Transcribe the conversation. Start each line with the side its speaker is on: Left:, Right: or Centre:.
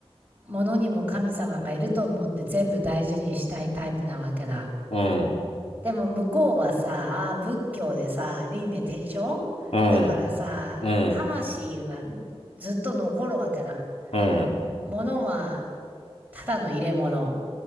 Right: 物にも神様がいると思って全部大事にしたいタイプなわけだ。
Left: うん。
Right: でも向こうはさ、あー仏教でさ、輪廻転生だからさ、
Left: うん、うん、
Right: 魂はずっと残るわけだ。
Left: うん、
Right: 物はただの入れ物。